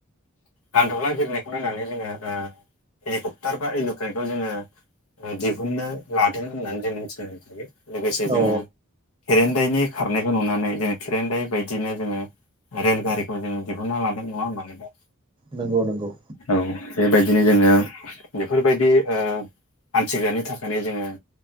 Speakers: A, on the left; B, on the right.
A: गान्दौला गिरनायखौ नायनानै जोङो हेलिकप्टार बा इल'ट्रनखौ जोङो दिहुननो लादों। होननानै जों मिनथिनो हायो लोगोसे जोङो
B: औ
A: खेरेनदायनि खारनायखौ नुनानै जोङ खेरेनदाय बायदिनो जोङो रेल गारिखौ जों दिहुनना लादों नङा होनबा नोंथां।
B: नंगौ नंगौ
A: औ बेबायदिनो जोङो बेफोरबायदि ओ हान्थिग्रानि थाखायनो जोङो